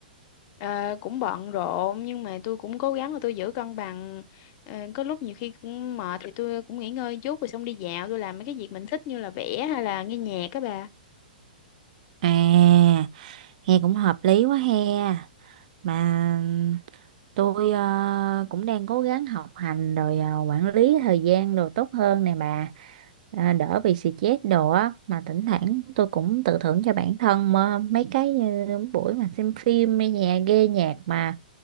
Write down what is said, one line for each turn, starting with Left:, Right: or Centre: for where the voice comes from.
Left: Ờ, cũng bận rộn nhưng mà tôi cũng cố gắng là tôi giữ cân bằng. Ờ, có lúc nhiều khi cũng mệt thì tôi cũng nghỉ ngơi chút rồi xong đi dạo, tôi làm mấy cái việc mình thích như là vẽ hay là nghe nhạc các bà.
Right: À, nghe cũng hợp lý quá he. mà tôi ờ, cũng đang cố gắng học hành rồi ờ, quản lý thời gian đồ tốt hơn nè bà à, đỡ bị stress đồ á mà thỉnh thoảng tôi cũng tự thưởng cho bản thân mà mấy cái như buổi mà xem phim nghe nhạc ghê nhạc mà